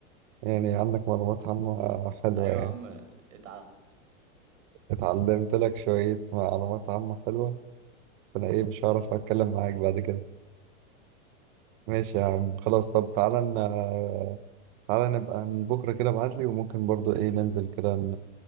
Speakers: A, on the right; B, on the right.
A: يعني عندك معلومات عامة حلوة
B: ايوه يا
A: يعني
B: عم اتعلم
A: اتعلمت لك شوية معلومات عامة حلوة فانا ايه مش هعرف اتكلم معاك بعد كده ماشي يا عم خلاص طب تعالى ن- تعالى نبقى من بكرة كده ابعتلي وممكن برضو ايه ننزل كده